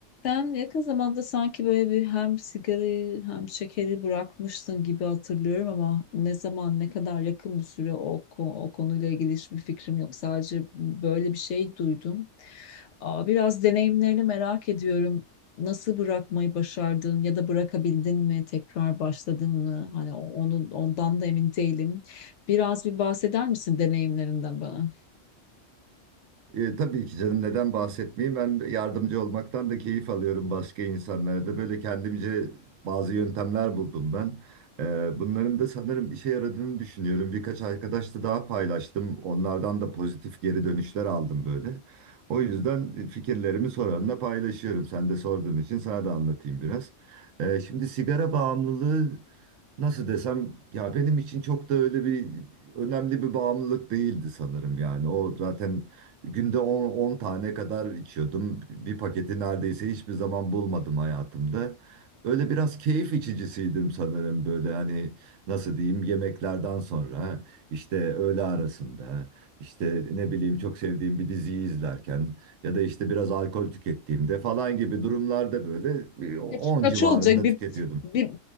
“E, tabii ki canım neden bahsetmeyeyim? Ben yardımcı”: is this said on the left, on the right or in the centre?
Right